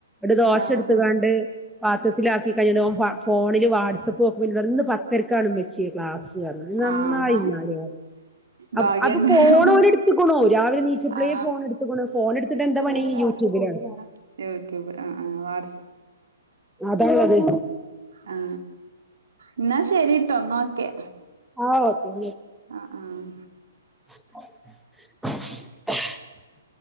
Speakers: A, in the centre; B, on the right (about 75°).
A: ടെ ദോശ
B: ആഹ്
A: എടുത്ക്കാണ്ട്
B: ആഹ്
A: പാത്രത്തിലാക്കി കഴിഞ്ണ്ട് ഒൻ ഫ ഫോണില് വാട്സപ്പ്ക്കുമ്പന്നോട്റയുംന്ന് പത്തരക്കാണ് ഉമ്മച്ചി ക്ലാസ്. ന്ന്റഞ്ഞു നന്നായി
B: ആഹാ
A: <unintelligible>
B: ഭാഗ്യണ്ടല്ലോ
A: അത് പോണോനെട്ത്തുക്കുണു രാവിലെ നീച്ചപ്ളെ
B: ആഹ്
A: ഫോൺ എടുത്ക്ക്ണു ഫോൺ എടുത്തിട്ട് എന്താ പണി
B: ആഹ് ആഹ്
A: യൂറ്റൂബിലാണ്.
B: യൂട്യൂബ് ആഹ് ആഹ് വാട്സ്
A: അത <unintelligible> അതെ
B: ആ എന്നാ ശരിട്ടോഎന്നാ ഒക്കെ
A: ആ ഓക്കെ
B: ആഹ് ആഹ്
A: <unintelligible>